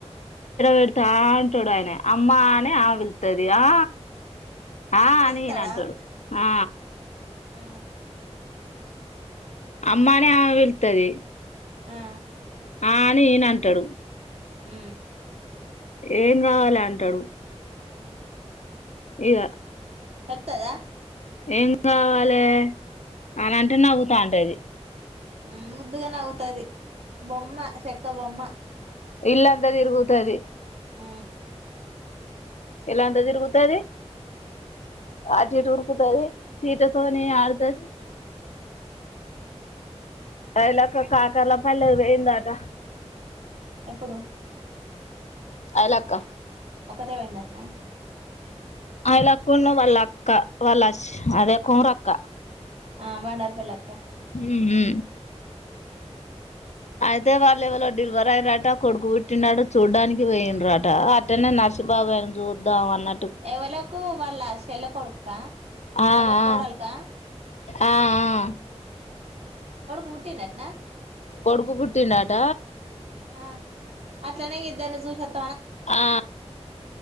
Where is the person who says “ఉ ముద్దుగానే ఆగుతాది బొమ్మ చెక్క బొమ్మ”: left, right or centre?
Right